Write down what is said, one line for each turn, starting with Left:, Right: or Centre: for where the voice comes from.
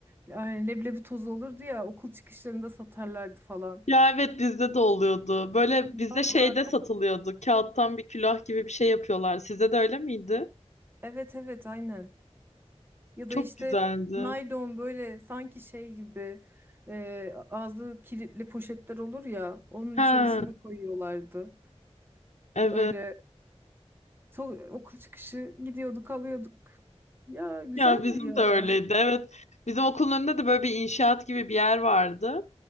Right: Yani leblebi tozu olurdu ya okul çıkışlarında satarlardı falan.
Left: Ya evet bizde de oluyordu. Böyle
Right: Vallahi
Left: bizde şeyde
Right: çok
Left: satılıyordu. Kağıttan bir külah gibi bir şey yapıyorlar. Sizde de öyle miydi?
Right: evet evet aynen. Ya
Left: Çok
Right: da işte
Left: güzeldi.
Right: naylon böyle sanki şey gibi e, ağzı kilitli poşetler olur ya onun
Left: Ha
Right: içerisine koyuyorlardı.
Left: evet.
Right: Öyle so- okul çıkışı gidiyorduk alıyorduk. Ya güzeldi
Left: Ya bizim
Right: ya.
Left: de öyleydi. Evet. Bizim okulun önünde de böyle bir inşaat gibi bir yer vardı.